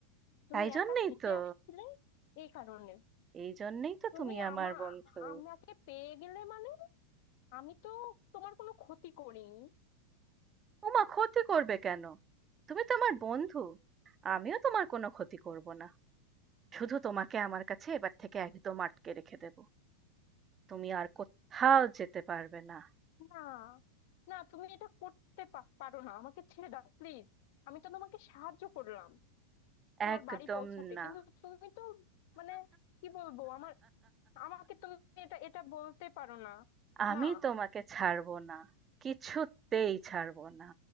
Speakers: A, on the left (about 50°); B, on the right (about 25°).
A: তুমি
B: তাই জন্যেই
A: একা হেঁটে
B: তো
A: আসছিলে এই কারণে
B: এই জন্যেই তো
A: তুমি
B: তুমি আমার
A: আমা
B: বন্ধু
A: আমাকে পেয়ে গেলে মানে আমি তো তোমার কোনো ক্ষতি করিনি
B: ওমা ক্ষতি করবে কেন তুমি তো আমার বন্ধু আমিও তোমার কোনো ক্ষতি করব না শুধু তোমাকে আমার কাছে এবার থেকে একদম আটকে রেখে দেব তুমি আর কোথাও যেতে পারবে না
A: না না তুমি এটা করতে পা- পারো না আমাকে ছেড়ে দাও প্লিজ আমি তো তোমাকে সাহায্য করলাম তোমার
B: একদম
A: বাড়ি পৌঁছাতে
B: না
A: কিন্তু তুমি তো মানে কি বলবো আমার আমাকে তুমি এটা এটা বলতে পারো না
B: আমি
A: না
B: তোমাকে ছাড়বো না কিছুতেই ছাড়বো না